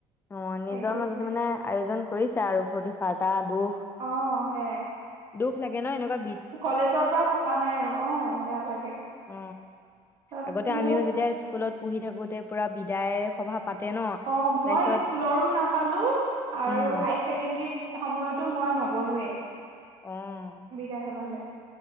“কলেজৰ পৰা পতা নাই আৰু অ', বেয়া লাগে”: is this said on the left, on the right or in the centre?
Right